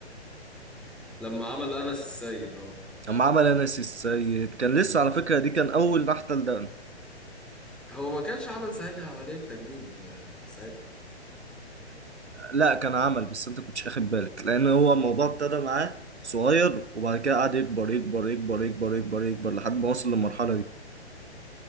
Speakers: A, in the centre; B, on the right (about 75°).
A: لما عمل انس السيد اه
B: لما عمل انس السيد كان لسه على فكره دي كان اول نحته لدقن
A: هو ما كانش عمل ساعتها عمليه تجميل آه، ساعتها
B: لا كان عمل بس انت كنتش اخد بالك لان هو الموضوع ابتدى معاه صغير وبعد كده قعد يكبر يكبر يكبر يكبر يكبر يكبر لحد ما وصل للمرحله دي